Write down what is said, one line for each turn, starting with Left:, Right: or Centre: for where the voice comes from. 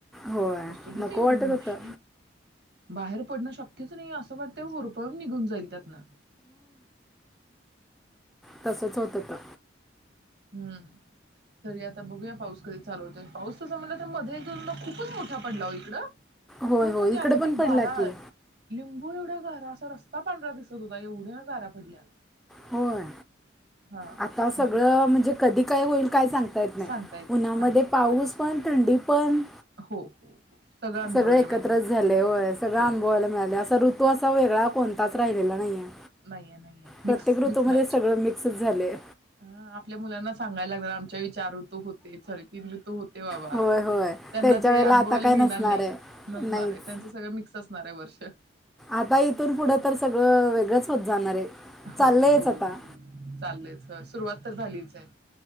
Centre: होय
Right: कसलं
Centre: नको
Right: ते ऊन
Centre: वाटत होतं.
Right: शी बाहेर पडणं शक्यच नाही असं वाटतय, होरपळून निघून जाईल त्यात ना.
Centre: तसचं होत होता.
Right: हम्म तरी आता बघूया पाऊस कधी चालू होतय, पाऊस तसं म्हटलं तर मध्ये एक-दोनदा खूपच मोठा पडला हो इकडं
Centre: होय
Right: खूप
Centre: होय
Right: म्हणजे
Centre: इकडे
Right: अगदी
Centre: पण पडला
Right: गारा
Centre: की
Right: लिं होय एवढा गारा असा रस्ता पांढरा दिसत होता, एवढ्या गारा पडल्या.
Centre: होय
Right: हा
Centre: आता
Right: म्हणजे
Centre: सगळं म्हणजे कधी काय होईल? काय सांगता येत नाही,
Right: सांगता येत नाही
Centre: उन्हामध्ये
Right: सांगता येत
Centre: पाऊस पण थंडी पण
Right: नाही. हो हो हो सगळं अनुभवायला
Centre: सगळे एकत्रचं
Right: मिळाले
Centre: झाले, होय सगळं
Right: होय
Centre: अनुभवाला मिळाले असं ऋतु तो असा वेगळा कोणताच राहिलेला नाही आहे.
Right: नाहीये नाहीये मिक्स
Centre: प्रत्येक ऋतूमध्ये
Right: मिक्स मॅच
Centre: सगळं मिक्सचं झालय.
Right: हा आपल्या मुलांना सांगायला लागणार आमच्या वेळी चार ऋ तू होते, सॉरी तीन ऋतू होते बाबा
Centre: होय होय
Right: त्यांना
Centre: त्यांच्या
Right: ते
Centre: वेळेला
Right: अनुभवायला
Centre: आता काय
Right: मिळणार
Centre: नसणार
Right: नाही
Centre: आहे
Right: नसणार
Centre: नाहीच
Right: आहे, त्यांचा सगळं मिक्स असणार आहे, वर्ष. <inaudible>
Centre: आता इथून पुढं तर सगळं वेगळंच होत जाणार आहे.
Right: हो
Centre: चाललंयच
Right: ना हो
Centre: आता
Right: चाललेचस सुरुवात तर झालीचं आहे.